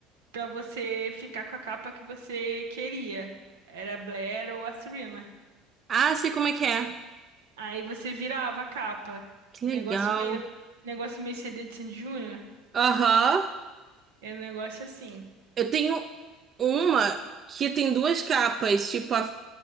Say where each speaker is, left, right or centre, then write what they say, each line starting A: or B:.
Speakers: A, on the right (about 80°); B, on the right (about 40°).
A: pra você ficar com a capa que você queria. Era a Blair ou a Serena.
B: Ah, sei como é que é.
A: Aí você virava a capa.
B: Que
A: Negócio
B: legal.
A: meio, negócio meio CD de Sandy Júnior.
B: Aham.
A: Era um negócio assim.
B: Eu tenho uma que tem duas capas, tipo, a-